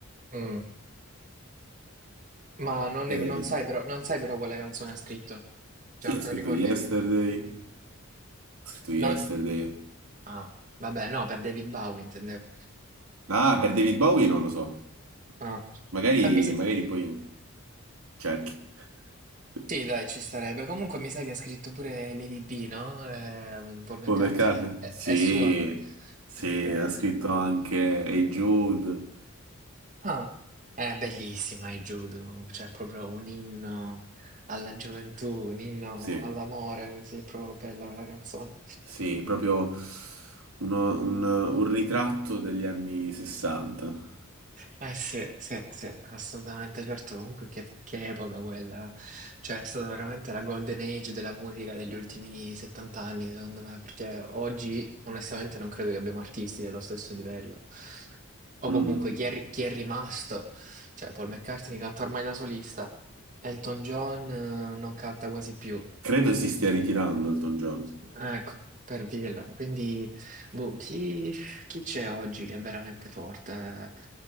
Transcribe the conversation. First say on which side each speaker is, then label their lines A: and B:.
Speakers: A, on the right (about 35°); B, on the right (about 85°).
A: Mm. Ma non,
B: eh,
A: ne- non sai però, non sai però quale canzone ha scritto? Cioè,
B: sì,
A: non
B: ha
A: te
B: scritto
A: la ricordi?
B: Yesterday. Ha scritto Yesterday.
A: No? Ah, vabbè, no, per David Bowie intendevo.
B: Ah, per David Bowie non lo so.
A: Ah.
B: Magari,
A: Ah, mi sa-
B: magari poi cerchi. <laughs>
A: Sì, dai, ci starebbe. Comunque mi sa che ha scritto pure Lady B, no? Ehm, Paul McCartney.
B: Paul McCartney?
A: È,
B: Sì,
A: è sua.
B: sì,
A: Ok.
B: ha scritto anche Hey Jude.
A: Ah, è bellissima il judo, cioè è proprio un inno alla gioventù, un inno
B: Sì,
A: all'amore, così è proprio bella quella canzone.
B: sì, proprio uno- un, un ritratto degli anni 60.
A: Eh sì, sì, sì, assolutamente, certo, comunque che, che epoca quella, cioè è stata veramente la golden age della musica degli ultimi 70 anni, secondo me, perché oggi onestamente non credo che abbiamo artisti dello stesso livello, o
B: Mm.
A: comunque chi è, ri- chi è rimasto, cioè Paul McCartney canta ormai da solista, Elton John eh, non canta quasi più,
B: Credo si stia ritirando Elton John.
A: ecco, per dirla, quindi, boh, chi... Chi c'è oggi che è veramente forte eh,